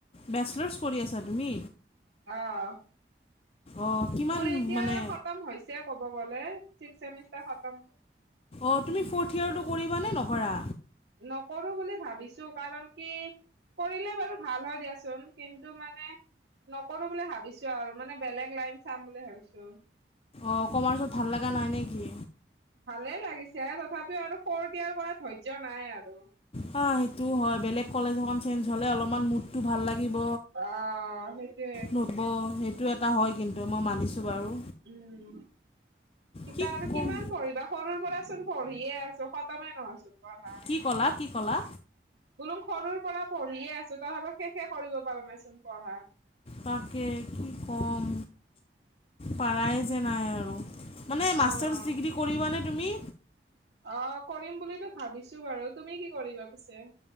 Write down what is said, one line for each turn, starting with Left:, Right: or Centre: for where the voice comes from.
Left: বেচলাৰছ কৰি আছা তুমি?
Right: অহ'
Left: অঁ কিমান
Right: মোৰ এতিয়া
Left: মানে
Right: খতম হৈছে ক'ব গ'লে ছিক্স চেমিষ্টাৰ খতম।
Left: অ' তুমি ফ্ৰৰ্থ ইয়াৰটো কৰিবা নে নকৰা?
Right: নকৰোঁ বুলি ভাবিছোঁ, কাৰণ কি কৰিলে বাৰু ভাল হয় দিয়াচোন, কিন্তু মানে নকৰোঁ বুলি ভাবিছোঁ আৰু মানে বেলেগ লাইন চাম বুলি ভাবিছোঁ।
Left: অ' কমাৰ্চত ভাল লগা নাই নে কি?
Right: ভালে লাগিছে, তথাপিও আৰু ফ্ৰৰ্থ ইয়েৰৰ কৰা ধৈৰ্য্য নাই আৰু
Left: হয়, সেইটো হয় বেলেগ কলেজ এখন চেঞ্জ হ'লে অলপমান মুডটো ভাল লাগিব।
Right: অ সেইটোয়ে
Left: নতুন হ'ব সেইটো এটা হয়, কিন্তু মই মানিছোঁ বাৰু।
Right: উম, কিতাপ
Left: কি ক'ম
Right: কিমান পঢ়িবা। সৰুৰ পৰা চোন পঢ়িয়ে আছোঁ খতমে নহয়চোন। পঢ়া
Left: কি ক'লা, কি ক'লা।
Right: বোলো সৰুৰ পৰা পঢ়িয়ে আছোঁ, তথাপিও শেষে কৰিব পৰা নাইচোন পঢ়া।
Left: তাকে কি ক'ম পাৰাই যে নাই আৰু মানে
Right: অ',
Left: মাষ্টাৰছ ডিগ্ৰী কৰিবানে তুমি?
Right: অ' কৰিম বুলিতো ভাবিছোঁ বাৰু। তুমি কি কৰিবা পিছে?